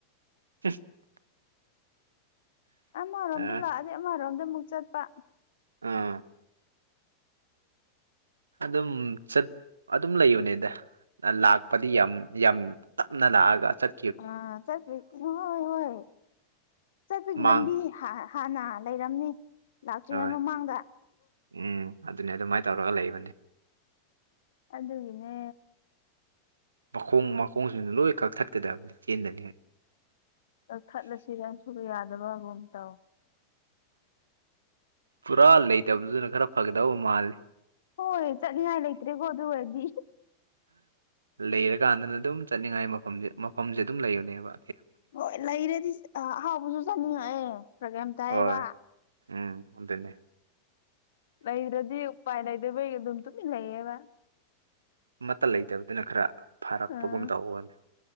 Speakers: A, on the right; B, on the left.
A: <unintelligible>
B: ꯑꯃꯔꯣꯝꯗ
A: ꯑ
B: ꯂꯥꯛꯑꯗꯤ ꯑꯃꯔꯣꯝꯗ ꯑꯃꯨꯛ ꯆꯠꯄ
A: ꯎꯝ ꯑꯗꯨꯝ ꯆꯠ ꯑꯗꯨꯝ ꯂꯩꯕꯅꯦꯗ ꯂꯥꯛꯄꯗꯤ ꯌꯥꯝ ꯌꯥꯝ ꯇꯞꯅ ꯂꯥꯛꯑꯒ ꯆꯠ
B: ꯑ <unintelligible> ꯍꯣꯏ ꯍꯣꯏ ꯆꯠꯄꯒꯤ
A: ꯃꯥꯡ
B: ꯂꯝꯕꯤ ꯍꯥꯟꯅ ꯂꯩꯔꯝꯅꯤ ꯂꯥꯛꯇ꯭ꯔꯤꯉꯩ
A: ꯍꯣꯏ
B: ꯃꯃꯥꯡꯗ
A: ꯎꯝ ꯑꯗꯨꯅꯦ ꯑꯗꯨꯃꯥꯏꯅ ꯇꯧꯔꯒ ꯂꯩꯕꯅꯤ
B: ꯑꯗꯨꯗꯨꯅꯦ
A: ꯃꯈꯣꯡ ꯃꯈꯣꯡꯁꯤꯗ ꯂꯣꯏ ꯀꯛꯊꯠꯀꯗꯕꯅꯤ ꯆꯦꯟꯗ꯭ꯔꯗꯤ
B: <unintelligible> ꯁꯨꯕ ꯌꯥꯗꯕ ꯑꯃꯨꯛꯑꯃ ꯇꯧ
A: ꯄꯨꯔꯥ ꯂꯩꯇꯕꯗꯨꯅ ꯈꯔ ꯐꯒꯗꯕ ꯃꯥꯜꯂꯤ
B: ꯍꯣꯏ ꯆꯠꯅꯤꯡꯉꯥꯏ ꯂꯩꯇ꯭ꯔꯦꯀꯣ ꯑꯗꯨ ꯑꯣꯏꯔꯗꯤ
A: ꯂꯩꯔꯀꯥꯟꯗꯅ ꯑꯗꯨꯝ ꯆꯠꯅꯤꯡꯉꯥꯏ ꯃꯐꯝꯁꯦ ꯃꯐꯝꯁꯦ ꯑꯗꯨꯝ ꯂꯩꯌꯅꯦꯕ
B: ꯍꯣꯏ ꯂꯩꯔꯗꯤ ꯑꯍꯥꯎꯕꯁꯨ ꯆꯥꯅꯤꯡꯉꯛꯑꯦ ꯄ꯭ꯔꯣꯒ꯭ꯝ ꯇꯥꯏꯕ
A: ꯍꯣꯏ ꯎꯝ ꯑꯗꯨꯗꯟꯅꯦ
B: ꯂꯩꯗ꯭ꯔꯗꯤ ꯎꯄꯥꯏ ꯂꯩꯗꯕꯩ ꯑꯗꯨꯝ ꯇꯨꯃꯤꯟ ꯂꯩꯌꯦꯕ
A: ꯑꯃꯠꯇ ꯂꯩꯇꯕꯗꯨꯅ ꯈꯔ ꯐꯥꯔꯛꯄꯒꯨꯝ
B: ꯑꯥ
A: ꯇꯧꯕꯒꯅꯤ